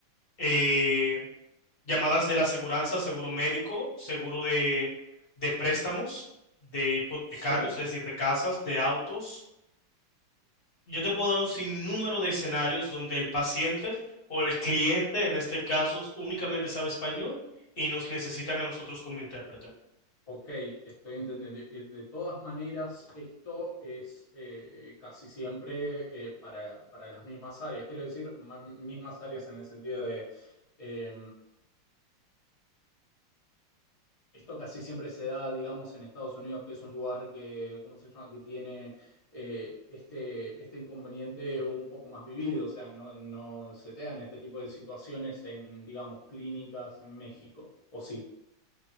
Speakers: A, on the left; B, on the left.
A: eh, llamadas de la aseguranza, seguro médico, seguro de, de préstamos, de hipotecarios,
B: sí.
A: es decir, de casas, de autos. Yo te puedo dar un sinnúmero de escenarios donde el paciente o el cliente, en este caso, únicamente sabe español y nos necesitan a nosotros como intérprete.
B: Ok, estoy entendiendo. Eh, De todas maneras, esto es eh, casi siempre eh, para, para las mismas áreas. Quiero decir, ma- mismas áreas en el sentido de, eh, esto casi siempre se da, digamos, en Estados Unidos, que es un lugar que, ¿cómo se llama?, que tiene eh, este, este inconveniente un poco más vivido. O sea, no, no se te dan este tipo de situaciones en, digamos, clínicas en México. ¿O sí?